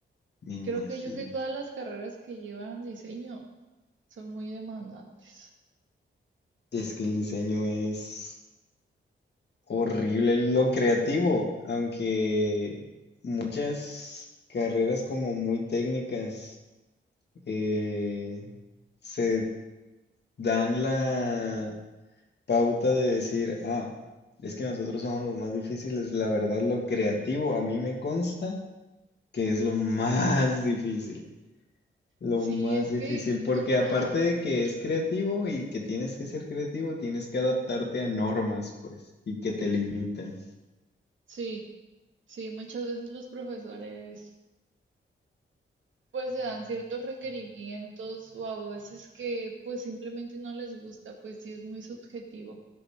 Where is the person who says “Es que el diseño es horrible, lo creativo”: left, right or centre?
Left